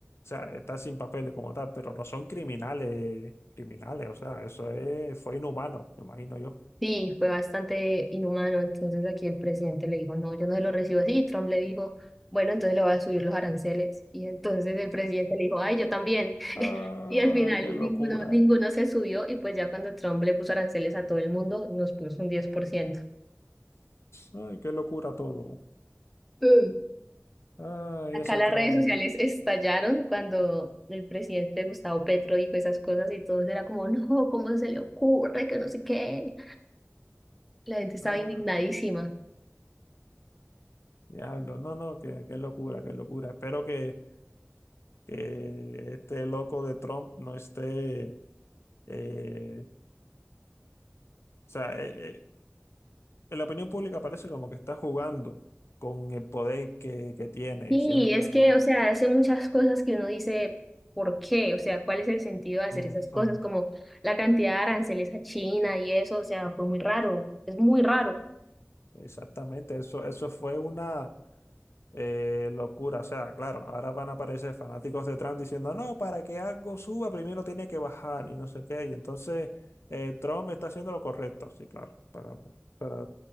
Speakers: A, on the left; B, in the centre.
A: sea, estar sin papeles como tal, pero no son criminales, criminales, o sea, eso es, fue inhumano, me imagino yo.
B: Sí, fue bastante inhumano. Entonces aquí el presidente le dijo, no, yo no se lo recibo así. Y Trump le dijo, bueno, entonces le voy a subir los aranceles. Y entonces el presidente le dijo, ay, yo también.
A: Ay,
B: <laughs> Y al final
A: qué locura.
B: ninguno, ninguno se subió y pues ya cuando Trump le puso aranceles a todo el mundo, nos puso un 10%.
A: Ay, qué locura todo.
B: Mm.
A: Ay,
B: Acá
A: ese
B: las
A: Trump.
B: redes sociales estallaron cuando el presidente Gustavo Petro dijo esas cosas y todos era como, no, ¿cómo se le ocurre? Que no sé qué. La gente estaba
A: Ah,
B: indignadísima.
A: diablo. No, no, qué, qué locura, qué locura. Espero que, que este loco de Trump no esté. eh, o sea, eh, eh, en la opinión pública parece como que está jugando con el poder que, que tiene,
B: Sí,
A: siendo
B: es
A: la.
B: que, o sea, hace muchas cosas que uno dice, ¿por qué? O sea, ¿cuál es el sentido de hacer
A: Ujú,
B: esas cosas? Como la cantidad de aranceles a China y eso, o sea, fue muy raro, es muy raro.
A: Exactamente, eso, eso fue una. Eh, locura, o sea, claro, ahora van a aparecer fanáticos de Trump diciendo, no, para que algo suba primero tiene que bajar y no sé qué, y entonces eh, Trump está haciendo lo correcto, sí, claro, para, para,